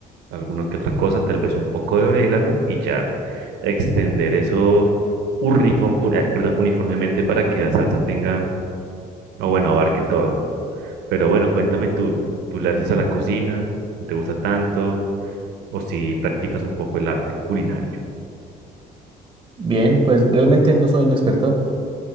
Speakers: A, on the right; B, on the right.
A: alguna que otra cosa, tal vez un poco de orégano y ya extender eso uniform- un- eh, perdón, uniformemente para que la salsa tenga, o bueno, abarque todo. Pero bueno, cuéntame tú, ¿tú le haces a la cocina? ¿No te gusta tanto? ¿O si practicas un poco el arte culinario?
B: Bien, pues realmente no soy un experto.